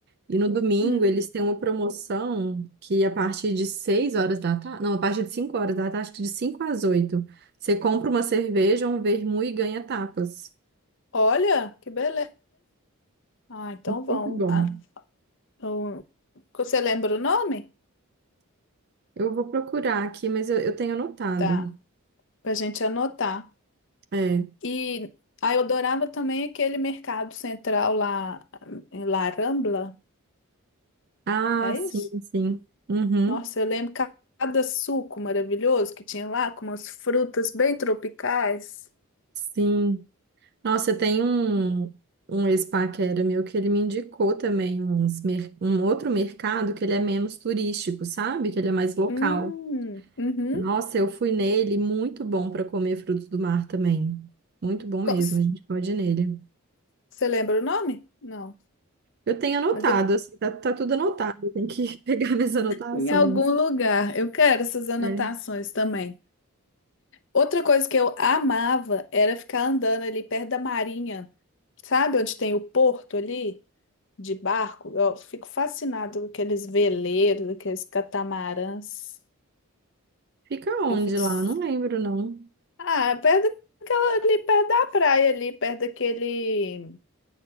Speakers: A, on the right; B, on the left.
A: E no domingo
B: Hum.
A: eles têm uma promoção que a partir de 6 horas da tarde, não, a partir de 5 horas da tarde, acho que de 5 às 8, você compra uma cerveja, um vermute e ganha tapas.
B: Olha, que beleza. Ah, então vão.
A: Muito bom.
B: Ah, eu- Você lembra o nome?
A: Eu vou procurar aqui, mas eu, eu tenho anotado.
B: Tá, pra gente anotar.
A: É.
B: E aí eu adorava também aquele mercado central lá, eh, lá Rambla,
A: Ah,
B: é
A: sim,
B: isso?
A: sim. Uhum.
B: Nossa, eu lembro ca- cada suco maravilhoso que tinha lá, com umas frutas bem tropicais.
A: Sim. Nossa, tem um, um ex-pá que era meu que ele me indicou também uns, mer- um outro mercado que ele é menos turístico, sabe? Que ele é mais local.
B: Hum, uhum.
A: Nossa, eu fui nele, muito bom para comer frutos do mar também. Muito bom
B: Co-
A: mesmo, a gente pode ir nele.
B: Você lembra o nome? Não.
A: Eu tenho anotado,
B: Mas de-
A: assim, tá, tá tudo anotado, tem que <laughs> pegar minhas anotações.
B: em algum lugar. Eu quero essas anotações
A: É.
B: também. Outra coisa que eu amava era ficar andando ali perto da marinha. Sabe onde tem o porto ali? de barco, eu fico fascinado com aqueles veleiros, aqueles catamarãs.
A: Fica onde
B: Eu fico.
A: lá?
B: s-
A: Não lembro, não.
B: Ah, é perto daquela ali, perto da praia, ali, perto daquele.